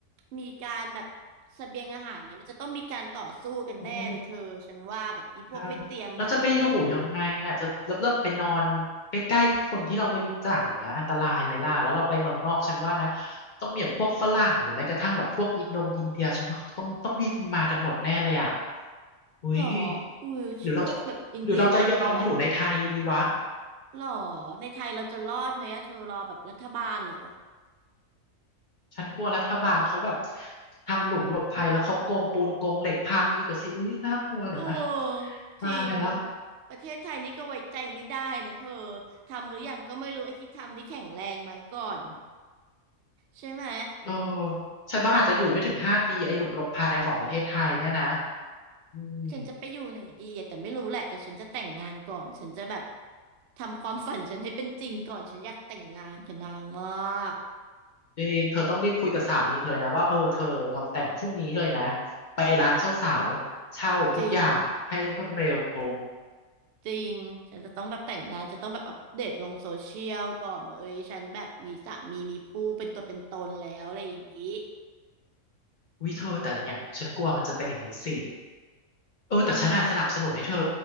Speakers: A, on the right; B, on the left.
A: มีการแบบเสบียงอาหารเงี้ยมันจะต้องมีการต่อสู้กันแน่เลยเธอฉันว่าแบบอีพวกไม่เตรียมมาอย่างเงี้ย
B: เออใช่เราจะไปอยู่ยังไงอ่ะจะแล้วเราไปนอนใกล้ๆคนที่เราไม่รู้จักอย่างเงี้ยอันตรายไหมล่ะแล้วเราไปเมืองนอกฉันว่านะต้องมีแบบพวกฝรั่งหรือแม้กระทั่งแบบพวกอินโดงอินเดียฉันว่าเขาต้องต้องบินมากันหมดแน่เลยอ่ะอุ้ย
A: หรออุ้ยพวกแบบอินเดียน่ากลัว
B: หรือเราจะหรือเราจะยอมอยู่ในไทยดีวะ
A: หรอในไทยเราจะรอดไหมอะเธอรอแบบรัฐบาลเหรอ
B: ฉันกลัวรัฐบาลเขาแบบทำหลุมหลบภัยแล้วเขาโกงปูนโกงเหล็กพังอีกอะสิอุ้ยน่ากลัวเดี๋ยวนะ
A: เออจริง
B: ตายละ
A: ประเทศไทยนี่ก็ไว้ใจไม่ได้นะเธอทำหรือยังก็ไม่รู้ไอ้ที่ทำนี่แข็งแรงไหมก่อนใช่ไหม
B: เออฉันว่าอาจจะอยู่ไม่ถึงห้าปีไอ้หลุมหลบภัยของประเทศไทยเนี่ยนะอืม
A: ฉันจะไปอยู่ไหนดีอะแต่ไม่รู้แหละแต่ฉันจะแต่งงานก่อนฉันจะแบบทำความฝันฉันให้เป็นจริงก่อนฉันอยากแต่งงานกับนางมาก
B: จริงเธอต้องรีบคุยกับสามีเธอเลยนะว่าเออเธอเราแต่งพรุ่งนี้เลยนะไปร้านเช่าสาวเช่าทุกอย่างให้รวดเร็ว
A: จริงจริงฉันจะต้องแบบแต่งงานจะต้องแบบอัปเดตลงโซเชียลก่อนว่าเอ้ยฉันแบบมีสามีมีผู้เป็นตัวเป็นตนแล้วอะไรอย่างนี้
B: อุ้ยเธอแต่เนี่ยฉันกลัวมันจะเป็นอย่างนี้สิ เออแต่ฉันน่ะสนับสนุนให้เธอ
A: ยังไง